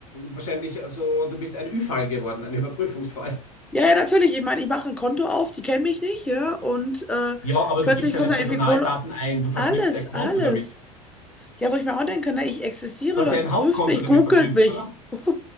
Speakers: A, on the left (about 70°); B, in the centre.
A: wahrscheinlich so, du bist ein Ü-Fall geworden, ein Überprüfungsfall.
B: Ja, ja, natürlich. Ich meine, ich mache ein Konto auf, die kennen mich nicht, ja, und äh,
A: Ja, aber
B: plötzlich
A: du gibst deine
B: kommt
A: Personaldaten
B: da irgendwie Kohle.
A: ein, du verknüpfst
B: Alles,
A: ein Konto
B: alles.
A: damit.
B: Ja, wo ich mir auch denke, ne, ich existiere,
A: Du
B: Leute,
A: hast ja ein
B: prüft
A: Hauptkonto
B: mich,
A: damit
B: googelt
A: verknüpft,
B: mich.
A: oder?
B: <laughs>